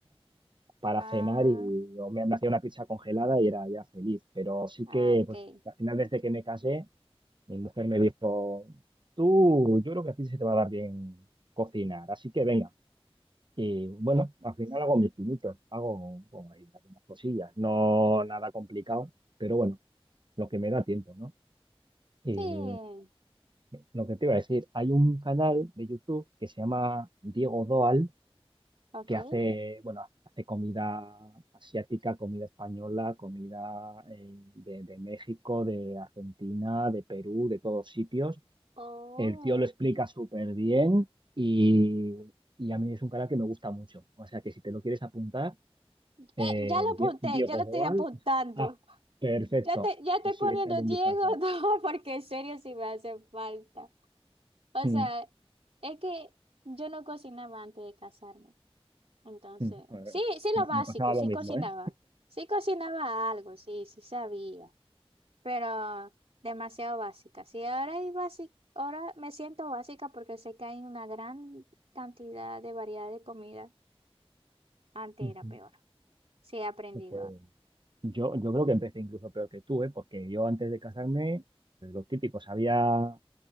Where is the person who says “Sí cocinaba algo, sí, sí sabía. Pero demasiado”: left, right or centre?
Right